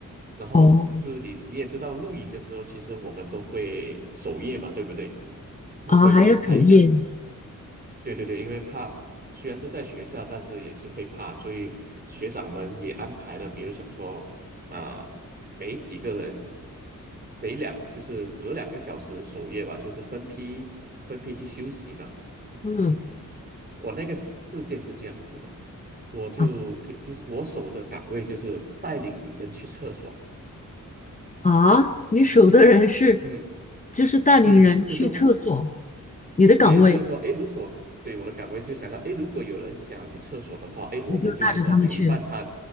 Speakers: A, on the right (about 30°); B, on the left (about 25°).
A: 然后就你你也知道，
B: 哦
A: 露营的时候，其实我们都会守夜嘛，对不对？都会可能拍一个。
B: 啊，还有首页，
A: 对对对，因为怕虽然是在学校，但是也是会怕，所以学长们也安排了，比如想说，啊、每几个人，每两就是隔两个小时的守夜吧，就是分批分批去休息嘛。
B: 嗯。
A: 嗯，我那个事事件是这样子的，我就可其实我守的岗位就是带领人去厕所。
B: 啊。啊，你守的人是，
A: 嗯，
B: 就是带领人去厕所，
A: 对，这这是。
B: 你的岗位
A: 对，就是说，哎，如果对我的岗位就想到，哎，如果有人想要去厕所的话，哎，我们就是说陪伴他，
B: 你就带着他们去。